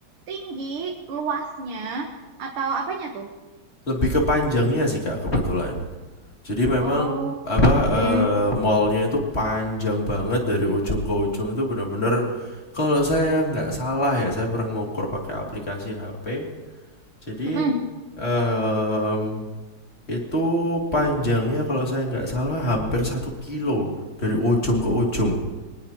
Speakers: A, on the right; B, on the left.
A: tinggi, luasnya, atau apanya tuh?
B: Lebih ke panjangnya sih Kak kebetulan. Jadi memang
A: Oh,
B: apa
A: oke.
B: eh, mallnya itu panjang banget dari ujung ke ujung itu benar-benar kalau saya nggak salah ya saya pernah ngukur pakai aplikasi HP. Jadi
A: Mm-mm.
B: em, itu panjangnya kalau saya nggak salah hampir satu kilo dari ujung ke ujung.